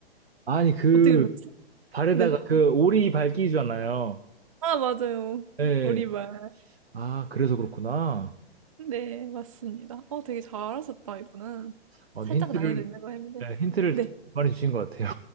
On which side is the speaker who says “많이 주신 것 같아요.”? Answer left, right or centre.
Right